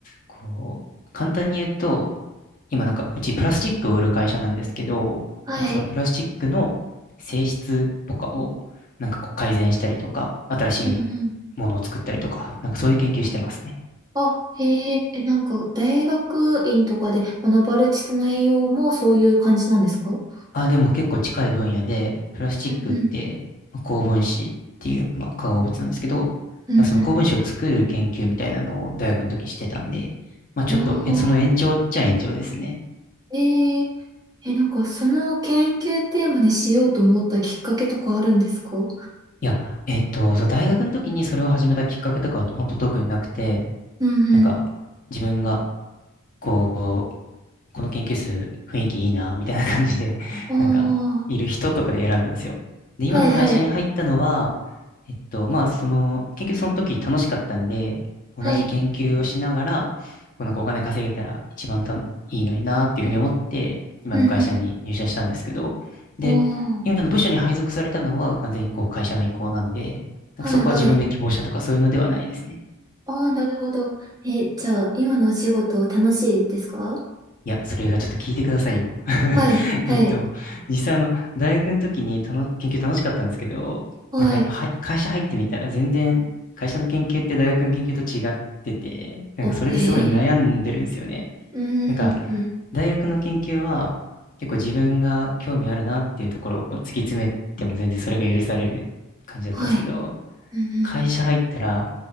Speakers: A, on the left; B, on the right.
A: こう、簡単に言うと、今なんかうちプラスチックを売る会社なんですけど、
B: はい。
A: なんかそのプラスチックの性質とかをなんかこう改善したりとか、新しい
B: うん
A: ものを作ったりとか、なんかそういう研究してますね。
B: あ、へえ、え、なんか、大学院とかで学ばれてた内容もそういう感じなんですかう
A: あ、でも結構近い分野で、プラスチックって、
B: んうん。
A: まあ高分子っていう、まあ、化合物なんですけど、
B: うん
A: なんかその高分子を作る研究みたいなのを大学の時してたんで、まあちょっとえその延長っちゃ延長ですね。
B: うんああー、ええ、え、なんか、その研究テーマにしようと思ったきっかけとかあるんですか
A: いや、えっと、その大学の時にそれを始めたきっかけとかは本当特になくて、
B: うん。
A: なんか自分がこう、この研究室雰囲気いいな、みたいな感じで、<laughs>
B: うんあ
A: なんか、いる人とかで選んだんですよ。で、今の会社に入ったのは、
B: あー、はいはい、
A: えっと、まあ、その、研究その時楽しかったんで、同じ研究をしながら、
B: はい。
A: こうなんかお金稼げたら一番たいいのになっていうふうに思って、今の会社に入社したんですけど、
B: うんうん。
A: で、
B: おー、
A: 今の部署に配属されたのは完全にこう会社の意向なんで、なんかそこは自分で希望したとかそういうのではないですね。
B: はいはい。ああ、なるほど。え、じゃあ、今のお仕事楽しいですか
A: いや、それがちょっと聞いてくださいよ。<laughs>
B: はい、はい、
A: えっと、実際あの、大学の時にたの研究楽しかったんですけど、
B: はい。
A: なんかやっぱはい会社入ってみたら全然、会社の研究って大学の研究と違ってて、なんかそれですごい悩んでるんですよね。
B: あ、へえ。うーん、
A: なんか、
B: うん。
A: 大学の研究は結構自分が興味あるなっていうところをこう突き詰めても全然それが許される感じだったんですけど、
B: はい。うんうん。
A: 会社入ったら、